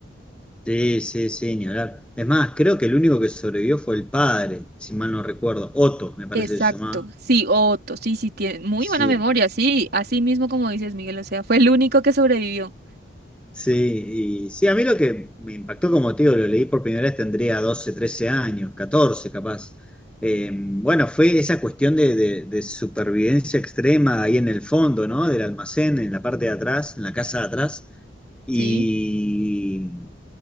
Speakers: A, in the centre; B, on the right (about 55°).
A: Sí, sí, sí, ni hablar. Es más, creo que el único que sobrevivió fue el padre, si mal no recuerdo. Otto, me parece
B: Exacto,
A: que se llamaba.
B: sí, Otto, sí, sí, tiene muy
A: Sí.
B: buena memoria, sí, así mismo como dices, Miguel, o sea, fue el único que sobrevivió,
A: Sí, y sí, a mí lo que me impactó, como te digo, lo leí por primera vez, tendría 12 13 años, 14 capaz. Eh, bueno, fue esa cuestión de, de- de supervivencia extrema ahí en el fondo, ¿no? Del almacén, en la parte de atrás, en la casa de atrás. Y
B: sí,